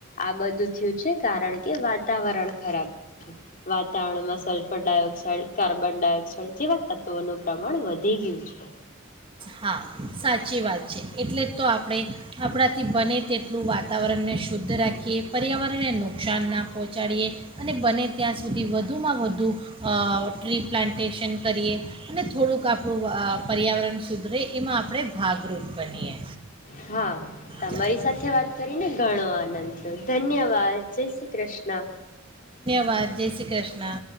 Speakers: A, on the left; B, on the right.
A: આ બધું થયું છે કારણ કે વાતાવરણ ખરાબ વાતાવરણમાં સલ્ફર ડાયોક્સાઇડ કાર્બન ડાયોક્સાઇડ જેવા તત્ત્વોનું પ્રમાણ વધે વધી ગીયું છે.
B: હા સાચી વાત છે એટલે જ તો આપણે આપણાથી બને તેટલું વાતાવરણને શુદ્ધ રાખીએ પર્યાવરણને નુકસાન ના પહોંચાડીએ અને બને ત્યાં સુધી વધુમાં વધુ અ ટ્રી પ્લાન્ટેશન કરીએ અને થોડુંક આપણું અ પર્યાાવરણ સુધરે એમાં આપણે ભાગરૂપ બનીએ.
A: હા તમારી
B: ચાલો
A: સાથે વાત કરીને ઘણો આનંદ થ ધન્યવાદ જય શ્રી કૃષ્ણ.
B: વાદ જય શ્રી કૃષ્ણ.